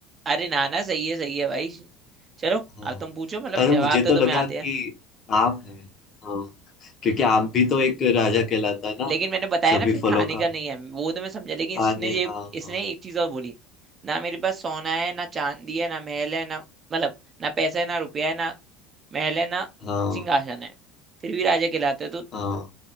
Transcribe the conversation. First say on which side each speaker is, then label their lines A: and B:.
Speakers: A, on the right; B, on the left.
A: अरे नाना सही है सही है भाई चलो
B: हाँ
A: अब तुम पूछो मतलब
B: अरे मुझे
A: जवाब तो
B: तो लगा
A: तुम्हें आते
B: कि
A: हैं
B: आम है हाँ क्योंकि आम भी तो एक राजा कहलाता है ना
A: लेकिन मैंने बताया
B: सभी
A: ना फिर
B: फलों
A: खाने का
B: का
A: नहीं है वो तो मैं समझा लेकिन इसने
B: खाने
A: ये
B: हाँ
A: इसने
B: हाँ
A: एक चीज और बोली ना मेरे पास सोना है ना चांदी है ना महल है ना मतलब ना पैसा है ना रुपया है ना महल है ना
B: हाँ
A: सिंहासन है फिर भी राजा कहलाता है तो
B: हाँ